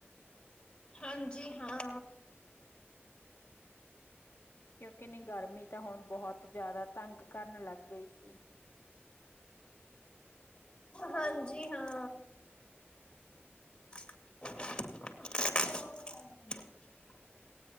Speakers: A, on the left (about 20°); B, on the left (about 55°).
A: ਹਾਂਜੀ ਹਾਂ।
B: ਕਿਉਕਿ ਨੀ ਗਰਮੀ ਤਾਂ ਹੁਣ ਬਹੁਤ ਜਿਆਦਾ ਤੰਗ ਕਰਨ ਲੱਗ ਗਈ ਸੀ।
A: ਹਾਂਜੀ ਹਾਂ। <unintelligible>